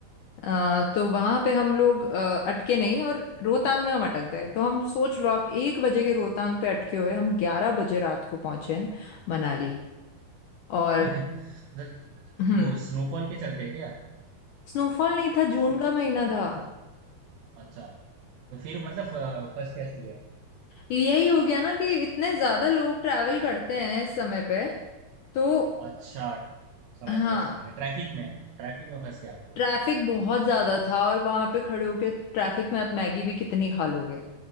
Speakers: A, on the left; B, on the right.
A: अ, तो वहां पे हम लोग अ, अटके नहीं और रोहतांग में हम अटक गए तो हम सोच लो आप एक बजे के रोहतांग पे अटके हुए हम ग्यारह बजे रात को पहुंचे हैं मनाली और
B: <laughs> मतलब
A: हम्म
B: वो स्नोफॉल के चलते हैं क्या
A: स्नोफॉल नहीं था जून
B: मतलब
A: का महीना था
B: अच्छा तो फिर मतलब अ, फंस कैसे गया
A: यही हो गया ना कि इतने ज्यादा लोग ट्रैवल करते हैं इस समय पे तो
B: अच्छा समझ
A: हाँ
B: गया समझ गया ट्रैफिक में ट्रैफिक में फंस गया आप लोग
A: ट्रैफिक बहुत ज्यादा था और वहां पे खड़े होके ट्रैफिक में आप मैगी भी कितनी खा लोगे